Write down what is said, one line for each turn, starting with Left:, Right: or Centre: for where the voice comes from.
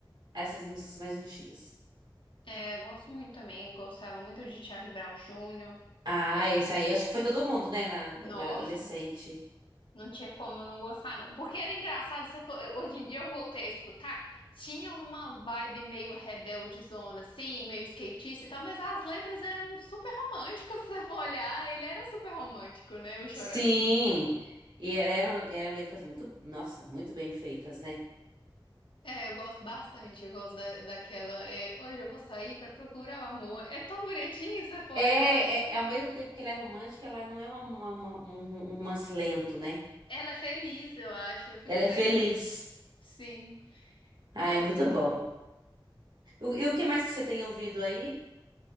Right: essas músicas mais antigas.
Left: É, eu gosto muito também, gostava muito de Charlie Brown Júnior
Right: Ah,
Left: É,
Right: esse aí acho que foi todo mundo, né? Na,
Left: nossa,
Right: quando eu era adolescente.
Left: não tinha como eu não gostar, não. Porque era engraçado, se for- eu- hoje em dia eu voltei a escutar, tinha uma vibe meio rebeldezona, assim, meio skatista e tal, mas as letras eram super românticas, se você for olhar, ele era super romântico, né, o Chorão.
Right: Sim! E eram, eram letras muito, nossa, muito bem feitas, né?
Left: É, eu gosto bastante, eu gosto da, daquela, é, hoje eu vou sair pra procurar o amor. É tão bonitinho, se você for
Right: É,
Left: olhar. a
Right: é, é
Left: letra.
Right: ao mesmo tempo que ela é romântica, ela não é uma, uma- uma- um um romance lento, né?
Left: Ela é feliz, eu acho, eu fico
Right: Ela
Left: feliz,
Right: é feliz.
Left: sim.
Right: Ah,
Left: Gosto
Right: é muito bom. O- E o que mais que você tem ouvido aí?